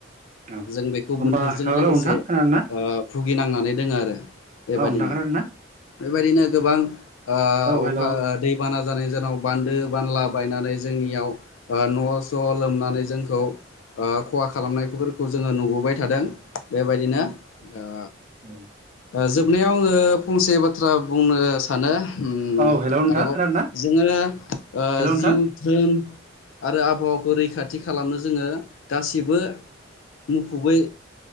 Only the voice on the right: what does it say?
औ
होमबा
हेलौ
नोंथां
खोनादों ना
औ नोंथां खोनादोंना
हेलौ
औ
औ हेलौ नोंथां
खोनादों ना
हेलौ नोंथां